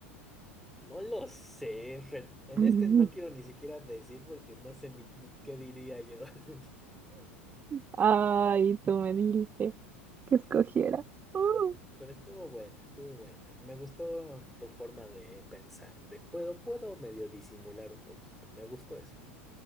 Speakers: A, in the centre; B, on the right (about 25°).
A: No lo sé, Fer. En
B: <laughs>
A: este no quiero ni siquiera decir porque no sé ni, ni qué diría yo. <laughs>
B: Ay, tú me dijiste que escogiera. Uh,
A: Pero estuvo buena, estuvo buena. Me gustó tu forma de pensar, de puedo, puedo medio disimular un poquito. Me gustó eso.